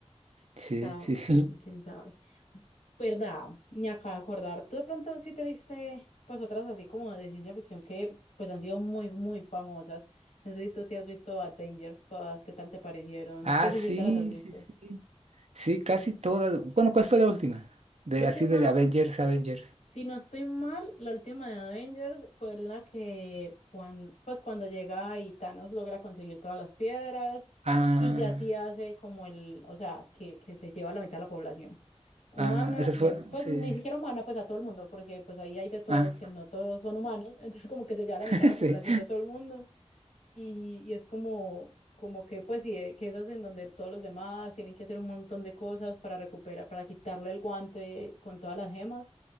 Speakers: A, on the right (about 70°); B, on the left (about 85°).
A: sí,
B: O sea,
A: sí, sí.
B: quién, quién
A: <laughs>
B: sabe. ¿Verdad? Me acabo de acordar. Tú de pronto sí te viste pues otras así como de ciencia ficción que pues han sido muy, muy famosas. No sé si tú te has visto Avengers todas, ¿qué tal te parecieron?
A: Ah,
B: Pues sí,
A: sí,
B: sí, te las has visto.
A: sí, sí. Sí, casi todas. Bueno, ¿cuál fue la última? De
B: La última
A: así de Avengers, Avengers.
B: Si no estoy mal, la última de Avengers fue la que, cuan- pues cuando llega y Thanos logra conseguir todas las piedras
A: Ah,
B: y ya sí hace como el, o sea, que, que se lleva la mitad de la población humana
A: ah, esas
B: y
A: fue,
B: en- pues
A: sí.
B: ni siquiera humana, pues a todo el mundo, porque pues ahí hay de todo,
A: Ah,
B: que no todos son humanos, <laughs> entonces como que se lleva la
A: <laughs>
B: mitad de la
A: sí.
B: población de todo el mundo y, y es como, como que pues sí, eh, que esas en donde todos los demás tienen que hacer un montón de cosas para recuperar, para quitarle el guante con todas las gemas